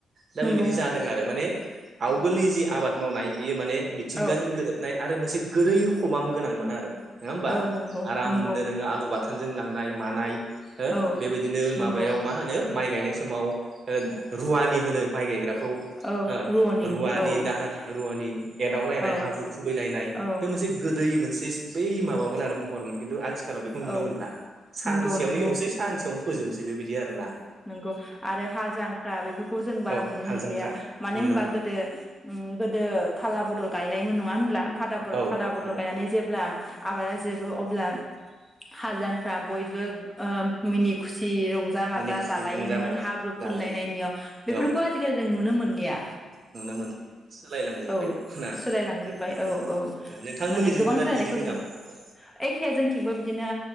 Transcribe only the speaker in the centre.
नंगौ
नंगौ
नंगौ
औ
औ नंगौ
नंगौ
औ
नंगौ
औ
रुव'नि
औ
औ
औ
औ
नंगौ नंगौ
नंगौ आरो हाल जांख्रा बेफोरखौ जों बारा
नुनो
मोनलिया
मानो
होनबा
गोदो उम गोदो फाला बदल गायलायोमोन नङा होनब्ला फादा बरफ
फादा
बदल
गायनानै जेब्ला आबादा जोबो अब्ला हालजांख्रा बयबो ओ मिनि खुसि रंजा बाजा
जा
जालायोमोन
हाब्रु
फुनलायनाय निय बेफोरखौ
जों आजिखालि नुनो मोनलिया
औ
सोलायलांजोबबाय
औ औ
माने गोबां
सोलायनायखौ
जों
एखे जोंथिंबो बिदिनो